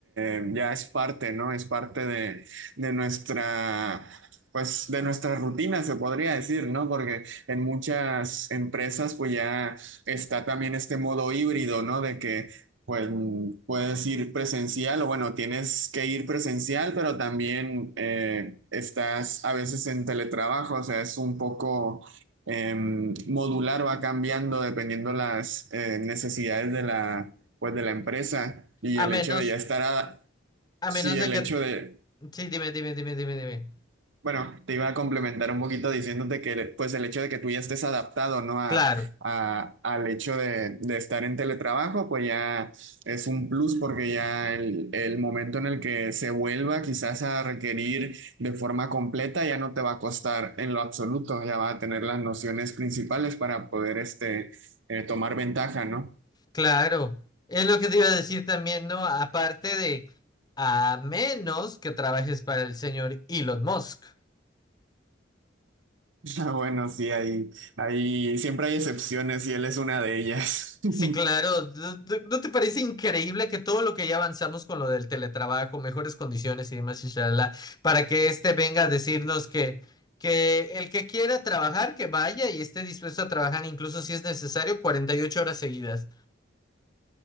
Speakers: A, on the right; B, on the left.
A: eh, ya es parte, ¿no? Es parte de, de nuestra, pues, de nuestra rutina, se podría decir, ¿no? Porque en muchas empresas, pues, ya está también este modo híbrido, ¿no? De que, pues, puedes ir presencial o, bueno, tienes que ir presencial, pero también eh, estás a veces en teletrabajo, o sea, es un poco... em, modular va cambiando dependiendo las eh, necesidades de la pues de la empresa y
B: A
A: el
B: menos,
A: hecho de ya estar a,
B: a
A: sí,
B: menos
A: el
B: de que,
A: hecho de,
B: sí, dime, dime, dime, dime, dime.
A: bueno, te iba a complementar un poquito diciéndote que pues el hecho de que tú ya estés adaptado, ¿no? A,
B: Claro.
A: a- al hecho de, de estar en teletrabajo, pues ya es un plus porque ya el, el momento en el que se vuelva quizás a requerir de forma completa ya no te va a costar en lo absoluto, ya va a tener las nociones principales para poder este, eh, tomar ventaja, ¿no?
B: Claro, es lo que te iba a decir también, ¿no? Aparte de, a menos que trabajes para el señor Elon Musk.
A: <laughs> Ah, Bueno, sí, hay, hay, siempre hay excepciones y él es una de ellas.
B: Sí, claro,
A: <laughs>
B: ¿no no- no te parece increíble que todo lo que ya avanzamos con lo del teletrabajo, mejores condiciones y demás, inshallah, para que este venga a decirnos que, que el que quiera trabajar, que vaya y esté dispuesto a trabajar, incluso si es necesario, 48 horas seguidas?